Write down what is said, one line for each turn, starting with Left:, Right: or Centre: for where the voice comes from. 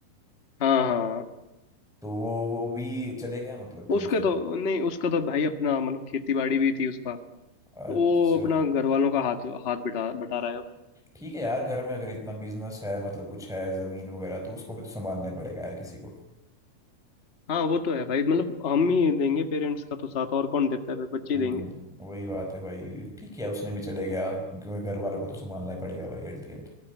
Left: हाँ हाँ
Centre: तो वो वो भी चले गया मतलब कि
Left: उसके
Centre: उसमें
Left: तो नहीं उसका तो भाई अपना मतलब खेती बाड़ी भी थी उसका
Centre: अच्छा
Left: वो अपना घर वालों का हाथ हाथ बिठा बटा रहा है
Centre: ठीक है यार घर में अगर इतना बिजनेस है मतलब कुछ है जमीन वगैरह तो उसको भी तो संभालना ही पड़ेगा यार किसी को
Left: हाँ वो तो है भाई मतलब हम ही देंगे पेरेंट्स का तो साथ और कौन देता है भाई बच्चे ही
Centre: हम्म
Left: देंगे
Centre: वही बात है भाई ठीक है उसने भी चले गया क्योंकि घर वालों को तो संभालना ही पड़ेगा भाई एट दी एंड